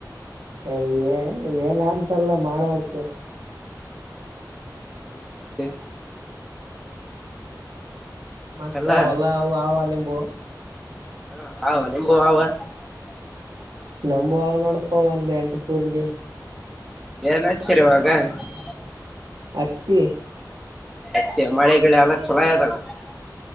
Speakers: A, on the right; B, in the centre.
A: <unintelligible>
B: <unintelligible>
A: <unintelligible>
B: ಎಲ್ಲ ಹ ಹವು ನಿಂಬು ಹಾವ <unintelligible>
A: ನಮು ಅವ ನೋಡಪ್ಪ ಒಂದ ಎಂಟಕೂರ್ರಿಗಿ <unintelligible>
B: ಏನ್ ಹಚ್ಚಿರಿವಾಗ <unintelligible>
A: ತ್ತಿ <unintelligible>
B: ಅತ್ತೆ ಮಳೆಗಿಳೆ ಎಲ್ಲ ಚೋಲೋ ಇದಲ್ಲ <unintelligible>